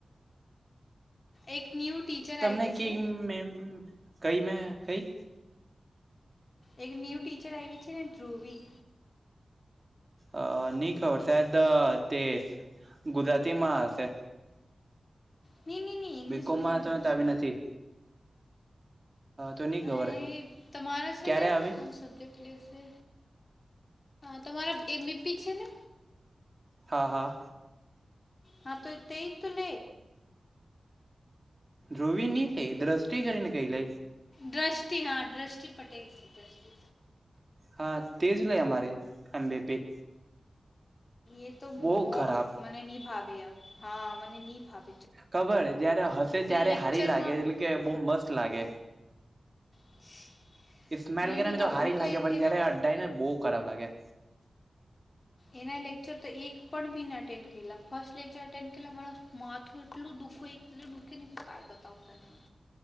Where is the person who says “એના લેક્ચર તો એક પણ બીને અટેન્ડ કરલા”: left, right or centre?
Left